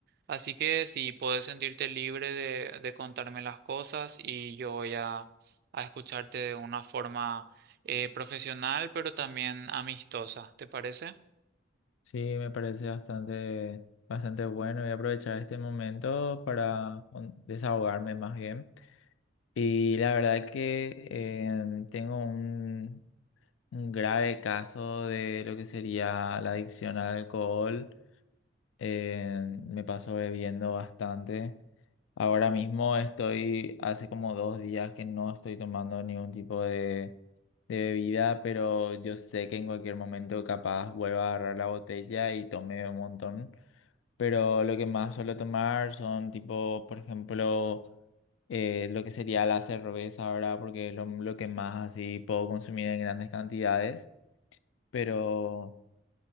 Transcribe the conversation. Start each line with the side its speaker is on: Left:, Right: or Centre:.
Right: así que si puedes sentirte libre de, de contarme las cosas y yo voy a, a escucharte de una forma eh, profesional, pero también amistosa, ¿te parece?
Left: Sí, me parece bastante, bastante bueno. Voy a aprovechar este momento para con- desahogarme más bien. Y la verdad que eh, tengo un, un grave caso de lo que sería la adicción al alcohol. Eh, me paso bebiendo bastante. Ahora mismo estoy, hace como dos días que no estoy tomando ningún tipo de, de bebida, pero yo sé que en cualquier momento capaz vuelva a agarrar la botella y tome un montón. Pero lo que más suelo tomar son tipo, por ejemplo, eh, lo que sería la cerveza ahora, porque es lo, lo que más así puedo consumir en grandes cantidades. Pero...